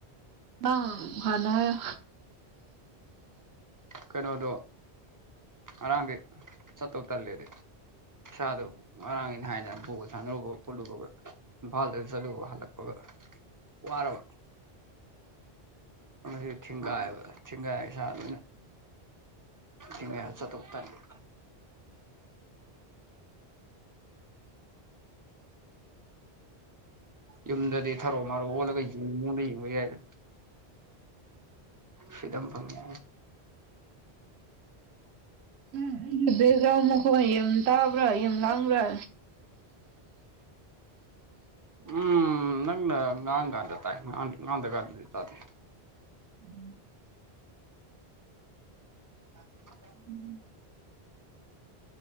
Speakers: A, on the right; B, on the right.
A: ꯅꯪ ꯍꯥꯟꯅ ꯍꯥꯏꯌꯣ
B: ꯀꯩꯅꯣꯗꯣ ꯉꯔꯥꯡꯗꯤ ꯆꯠꯇꯧ ꯇꯜꯂꯦꯗꯤ ꯏꯁꯥꯗꯣ ꯉꯔꯥꯡ ꯑꯩꯅ ꯍꯥꯏꯅ ꯕꯣꯜ ꯁꯥꯟꯅꯔꯨꯕꯒ ꯈꯣꯠꯂꯨꯕꯒ ꯏꯝꯐꯥꯜꯗ ꯆꯠꯂꯨꯕꯒ ꯍꯜꯂꯛꯄꯒ ꯋꯥꯔꯕ ꯉꯁꯤ ꯊꯤꯡꯒꯥꯏꯕ ꯊꯤꯡꯒꯥꯏ ꯏꯁꯥ ꯂꯣꯏꯅ ꯊꯡꯉꯦ ꯆꯠꯇꯧ ꯇꯟꯕ
A: <inaudible>
B: ꯌꯨꯝꯗꯗꯤ ꯊꯔꯣ ꯃꯥꯔꯣ ꯑꯣꯜꯂꯒ ꯌꯦꯡꯅꯤꯡꯉꯤꯗꯣ ꯌꯦꯡꯕ ꯌꯥꯏꯗꯅ ꯐ꯭ꯔꯤꯗꯝ ꯐꯪꯉꯦ
A: ꯍꯨꯝ ꯎꯝ ꯕꯦꯖꯥꯔ ꯃꯈꯣꯟ ꯌꯥꯝ ꯇꯥꯕꯔꯥ ꯌꯥꯝ ꯂꯥꯡꯕꯔꯥ
B: ꯎꯝ ꯅꯪꯅ ꯉꯥꯡꯉ ꯀꯥꯟꯗ ꯇꯥꯏ ꯉꯥꯡꯗ꯭ꯔ ꯀꯥꯟꯗꯗꯤ ꯇꯥꯗꯦ
A: ꯎꯝ
B: <inaudible>
A: ꯎꯝ